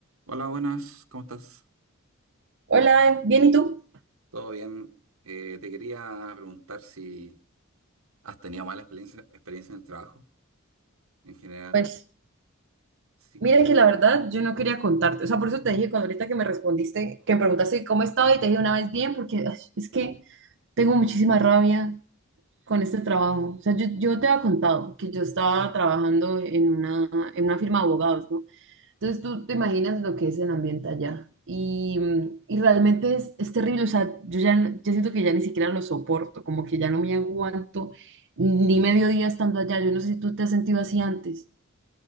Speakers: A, on the right; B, on the right.
A: Hola, buenas, ¿cómo estás?
B: Hola, bien, ¿y tú?
A: ¿Todo bien? Eh, te quería preguntar si has tenido mala experiencia, experiencia en el trabajo en general.
B: Pues
A: Sí,
B: mira que la verdad yo no quería contarte, o sea, por eso te dije cuando ahorita que me respondiste, que me preguntaste cómo estaba y te dije una vez bien, porque ay, es que tengo muchísima rabia con este trabajo. O sea, yo, yo te había contado que yo estaba trabajando en una, en una firma de abogados, ¿no? Entonces tú te imaginas lo que es el ambiente allá. Y, y realmente es, es terrible, o sea, yo ya, no- yo siento que ya ni siquiera lo soporto, como que ya no me aguanto ni medio día estando allá. Yo no sé si tú te has sentido así antes.